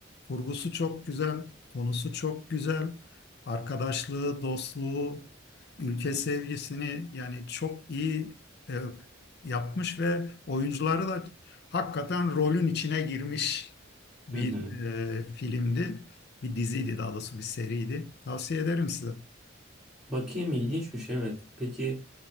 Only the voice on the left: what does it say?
Kurgusu çok güzel, konusu çok güzel. Arkadaşlığı, dostluğu, ülke sevgisini yani çok iyi e, yapmış ve oyuncuları da hakikaten rolün içine girmiş bir
e, filmdi. Bir diziydi daha doğrusu bir seriydi. Tavsiye ederim size.